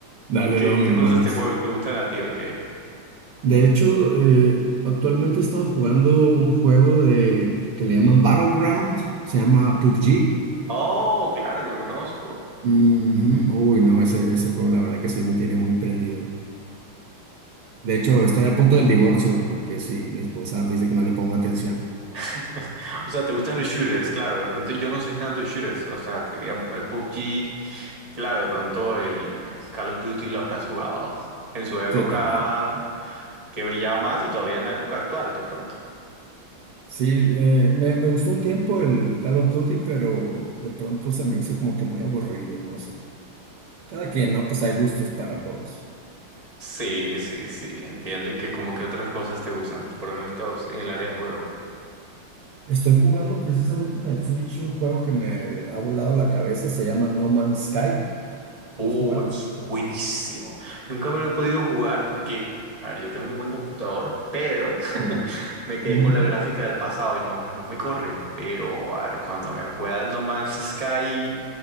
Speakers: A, on the right; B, on the right.
A: Dale,
B: ¿Y qué,
A: luego me
B: qué
A: lo
B: cosas
A: mandas.
B: te juego que gustan a ti, o
A: De hecho, eh, actualmente he estado jugando un juego de que le llaman Battleground, se llama PUBG.
B: Oh, claro que lo conozco.
A: Ujú. Uy, no, ese, ese juego la verdad que sí me tiene muy prendido. De hecho, estoy a punto del divorcio porque sí, mi esposa dice que no le pongo atención.
B: <laughs> O sea, te gustan los shooters, claro. De pronto yo no soy tanto de shooters. O sea, te diría el PUBG, claro, de pronto el Call of Duty lo habrás jugado. En su época
A: Sí, también.
B: que brillaba más y todavía en la época actual, de pronto.
A: Sí, eh, me, me gustó un tiempo el Call of Duty, pero de pronto se me hizo como que muy aburrido, no sé. Cada quien, ¿no? Pues hay gustos para todos.
B: Sí, sí, sí, entiendo. Y que como que otras cosas te gustan, por lo menos en el área de juego.
A: Estoy jugando precisamente en el Switch un juego que me ha volado la cabeza, se llama No Man's Sky.
B: Uh,
A: ¿Lo has jugado?
B: es buenísimo. Nunca me lo he podido jugar porque, a ver, yo tengo un buen computador, pero <laughs>
A: Ujú,
B: me quedé
A: ujú.
B: con la gráfica del pasado y no, no me corre. Pero, a ver, cuando me pueda No Man's Sky,